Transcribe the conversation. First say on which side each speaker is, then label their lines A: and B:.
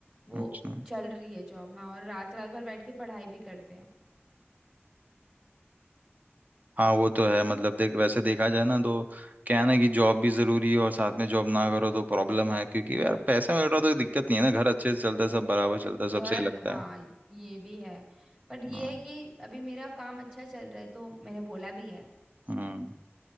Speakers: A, on the right (about 25°); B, on the right (about 40°).
A: वो
B: अच्छा
A: चल रही है जॉब हाँ और रात रात भर बैठ के पढ़ाई भी करते हैं
B: हाँ वो तो है मतलब देख वैसे देखा जाए ना तो क्या है ना कि जॉब भी जरूरी है और साथ में जॉब ना करो तो प्रॉब्लम है क्योंकि यार पैसा मिल रहा तो दिक्कत नहीं है ना घर अच्छे से चलता है सब बराबर चलता
A: त- घर
B: है सब सही लगता
A: हाँ
B: है
A: ये भी है पर ये
B: हम्म
A: है कि अभी मेरा काम अच्छा चल रहा है तो मैंने बोला भी है
B: हम्म,